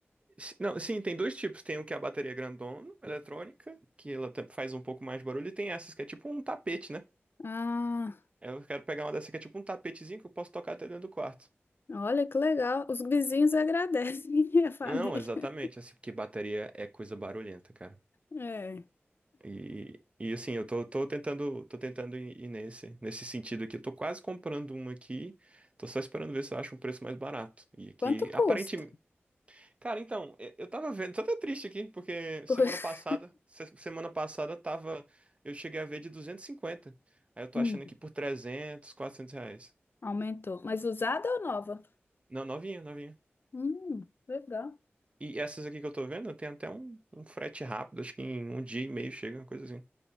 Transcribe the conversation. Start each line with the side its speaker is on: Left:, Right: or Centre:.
Right: si- não, sim, tem dois tipos, tem o que é a bateria grandona, eletrônica, que ela tam- faz um pouco mais de barulho, e tem essas que é tipo um tapete, né?
Left: Ah,
Right: Eu quero pegar uma dessa que é tipo um tapetezinho que eu posso tocar até dentro do quarto.
Left: olha que legal! Os vizinhos agradecem, <laughs> a família.
Right: Não, exatamente, assim, porque bateria é coisa barulhenta, cara.
Left: É.
Right: E, e assim, eu tô, tô tentando, tô tentando ir, ir nesse, nesse sentido aqui. Eu tô quase comprando uma aqui, tô só esperando ver se eu acho um preço mais barato. E aqui,
Left: Quanto custa?
Right: aparentemente. Cara, então, eu eu tava vendo, tô até triste aqui, porque semana
Left: Por- <laughs>
Right: passada, se- semana passada tava, eu cheguei a ver de 250. Aí eu tô
Left: Hum,
Right: achando aqui por 300, 400 reais.
Left: aumentou. Mas usada ou nova?
Right: Não, novinha, novinha.
Left: Hum, legal.
Right: E essas aqui que eu tô vendo, tem até um, um frete rápido, acho que em um dia e meio chega, uma coisa assim.